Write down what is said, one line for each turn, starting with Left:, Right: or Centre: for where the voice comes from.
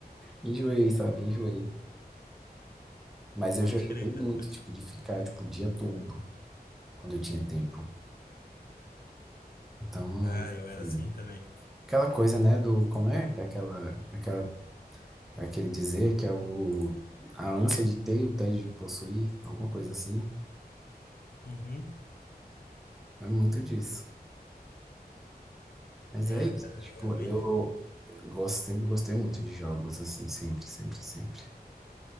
Centre: Enjoei, sabe? Enjoei. Mas eu
Left: Pode
Centre: já joguei
Left: crer, cara,
Centre: muito,
Left: pode
Centre: tipo,
Left: crer.
Centre: de ficar, tipo, o dia todo, quando eu tinha tempo. Então,
Left: Bah, eu
Centre: assim,
Left: era assim também.
Centre: aquela coisa, né, do, como é? Aquela, aquela, aquele dizer que é o, a ânsia de ter, o tédio de possuir, alguma coisa assim.
Left: Uhum.
Centre: É muito disso. Mas
Left: É,
Centre: é isso,
Left: cara,
Centre: tipo,
Left: é, realmente.
Centre: eu eu gosto, sempre gostei muito de jogos, assim, sempre, sempre, sempre.